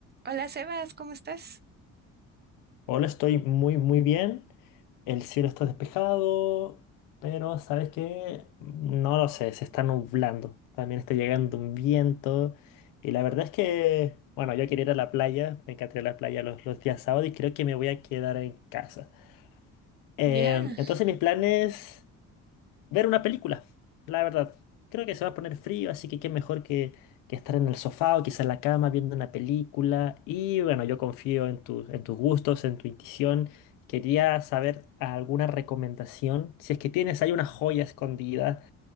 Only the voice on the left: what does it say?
Hola, estoy muy, muy bien. El cielo está despejado, pero ¿sabes qué? No lo sé, se está nublando. También está llegando un viento. Y la verdad es que, bueno, yo quería ir a la playa, me encantaría ir a la playa los, los días sábados y creo que me voy a quedar en casa. Em,
entonces mis planes ver una película, la verdad. Creo que se va a poner frío, así que qué mejor que, que estar en el sofá o quizá en la cama viendo una película. Y bueno, yo confío en tu- en tus gustos, en tu intuición. Quería saber alguna recomendación, si es que tienes ahí una joya escondida